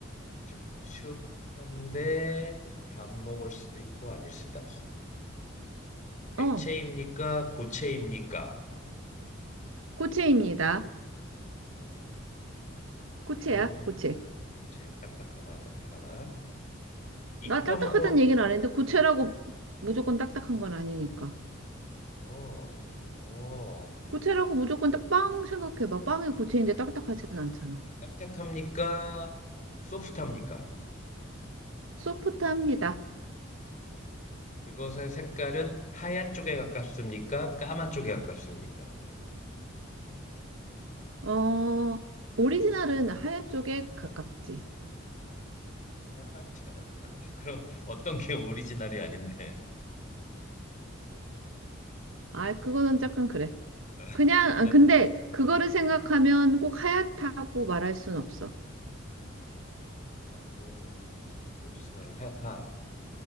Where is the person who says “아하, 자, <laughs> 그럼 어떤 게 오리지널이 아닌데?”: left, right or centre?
Left